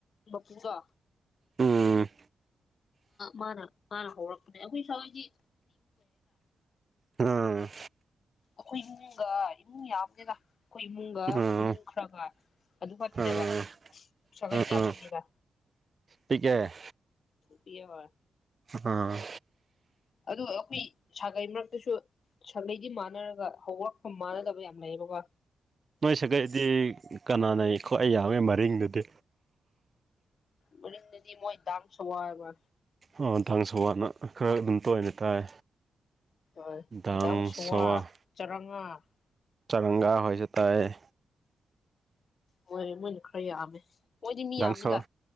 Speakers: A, on the left (about 55°); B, on the right (about 35°).
A: ꯃꯄꯨꯗꯣ
B: ꯎꯝ
A: ꯃꯥꯅ ꯃꯥꯅ ꯍꯧꯔꯛꯄꯅꯦ ꯑꯩꯈꯣꯏ ꯁꯋꯥꯏꯁꯤ
B: ꯎꯝ
A: ꯑꯩꯈꯣꯏ ꯏꯃꯨꯡꯒ ꯏꯃꯨꯡ ꯌꯥꯝꯗꯦꯗ ꯑꯩꯈꯣꯏ ꯏꯃꯨꯡꯒ
B: ꯎꯝ
A: ꯏꯃꯨꯡ ꯈꯔꯒ ꯑꯗꯨ ꯈꯛꯇꯅꯦꯕ
B: ꯎꯝ
A: ꯁꯒꯩꯗꯤ
B: ꯎꯝ
A: ꯌꯥꯝ
B: ꯎꯝ
A: ꯄꯤꯛꯏꯗ
B: ꯄꯤꯛꯑꯦ
A: ꯄꯤꯛꯑꯦ ꯍꯣꯏ
B: ꯎꯝ
A: ꯑꯗ ꯑꯩꯈꯣꯏ ꯁꯥꯒꯩ ꯃꯔꯛꯇꯨꯁꯨ ꯁꯥꯒꯩꯗꯤ ꯃꯥꯟꯅꯔꯒ ꯍꯧꯔꯛꯐꯝ ꯃꯥꯟꯅꯗꯕ ꯌꯥꯝ ꯂꯩꯌꯦꯕꯀꯣ
B: ꯅꯣꯏ ꯁꯥꯒꯩꯗꯤ ꯀꯅꯥꯅ ꯈ꯭ꯋꯥꯢ ꯌꯥꯝꯃꯦ ꯃꯔꯤꯡꯗꯨꯗꯤ
A: ꯃꯔꯤꯡꯗꯗꯤ ꯃꯣꯏ ꯗꯥꯡꯁꯣ ꯍꯥꯏꯕ꯭ꯔ
B: ꯑꯣ ꯗꯥꯡꯁꯨꯑꯅ ꯈꯔ ꯑꯗꯨꯝ ꯇꯣꯢꯅ ꯇꯥꯏ
A: <unintelligible>
B: ꯗꯥꯡ ꯁꯋꯥ ꯆꯔꯪꯒꯥ ꯍꯣꯏꯖꯨ ꯇꯥꯏꯌꯦ
A: ꯃꯣꯏꯔꯦ ꯃꯣꯏꯅ ꯈꯔ ꯌꯥꯝꯃꯦ ꯃꯣꯏꯗꯤ ꯃꯤ
B: ꯅꯪꯁꯣ
A: ꯌꯥꯝꯃꯤꯗ